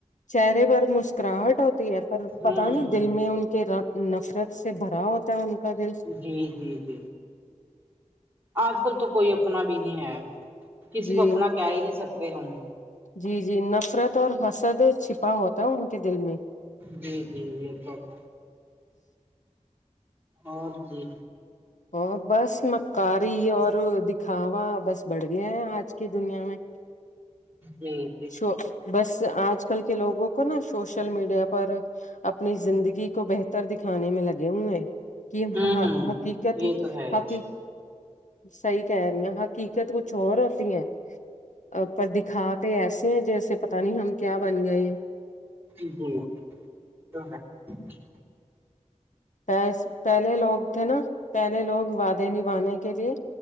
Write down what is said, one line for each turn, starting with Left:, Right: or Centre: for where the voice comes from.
Left: چہرے پر مسکراہٹ ہوتی ہے پر
Right: ہوں
Left: پتا نہیں دل میں ان کے رد نفرت سے بھرا ہوتا ہے ان کا دل
Right: جی جی جی آج کل تو کوئی اپنا بھی نہیں ہے کسی
Left: جی
Right: کو اپنا کہہ ہی نہیں سکتے ہم
Left: جی جی نفرت اور حسد چپ ہا ہوتا ہے ان کے دل میں
Right: جی جی یہ تو ہے اور جی
Left: اور بس مکاری اور دکھاوا بس بڑھ گیا ہے آج کی دنیا میں
Right: جی جی
Left: شو بس آج کل کے لوگوں کو نا سوشل میڈیا پر اپنی زندگی کو بہتر دکھانے میں لگے ہوئے ہیں کی
Right: ہوں
Left: ہا ہا
Right: ہوں
Left: حقیقت
Right: یہ
Left: ہے کی
Right: تو جی
Left: حقیق صحیح کہہ رہی ہیں حقیقت کچھ اور ہوتی ہے آ پر دکھاتے ایسے ہیں جیسے پتا نہیں ہم کیا بن گئے ہیں
Right: <unintelligible> جی
Left: پس پہلے لوگ تھے نا پہلے لوگ وعدے نبھانے کے لیے